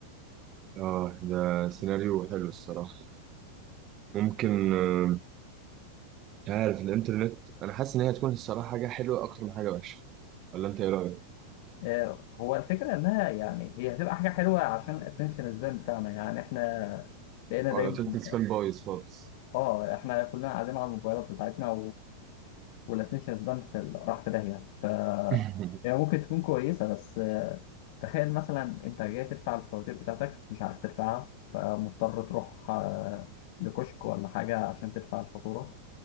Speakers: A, on the right; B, on the left.
A: اه ده سيناريو حلو الصراحة ممكن آه، مش عارف الانترنت انا حاسس ان هي هتكون الصراحة حاجة حلوة اكتر من حاجة وحشة ولا انت ايه رأيك؟
B: آه، هو الفكره انها يعني هي هتبقى حاجه حلوه عشان الاتنشن سبان بتاعنا يعني احنا بقينا
A: اه
B: دايما
A: الانترنت سبان بايظ خالص
B: اه احنا كلنا قاعدين على الموبايلات بتاعتنا والاتنشن سبان في ال- راح في داهية ف
A: <laughs>
B: يعني ممكن تكون كويسة بس آه، تخيل مثلا انت جاي تدفع الفواتير بتاعتك مش عارف تدفعها فمضطر تروح آه، لكشك ولا حاجة عشان تدفع الفاتورة